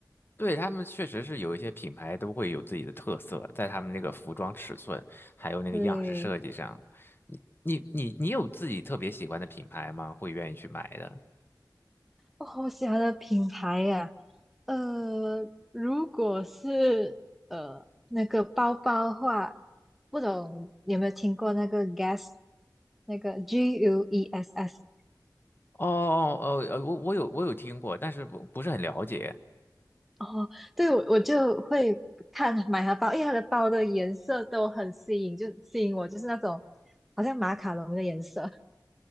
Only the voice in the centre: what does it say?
对，
哦，我喜欢的品牌呀、呃，如果是呃那个包包的话，不懂你有没有听过那个 Guess 那个 G U E S S。
哦，对，我我就会看买它包，因为它的包的颜色都很吸引，就吸引我，就是那种好像马卡龙的颜色。